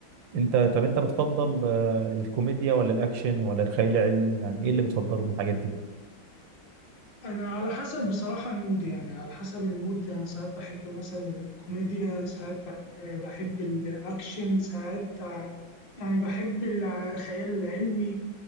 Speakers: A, on the right (about 75°); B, on the left (about 65°).
A: انت طب انت بتفضل آه، الكوميديا ولا الاكشن ولا الخيال العلمي يعني ايه اللي بتفضله من الحاجات دي
B: انا على حسب بصراحة المود يعني على حسب المود انا ساعات بحب مثلا الكوميديا ساعات بح- بحب الاكشن ساعات ع- يعني بحب الع- الخيال العلمي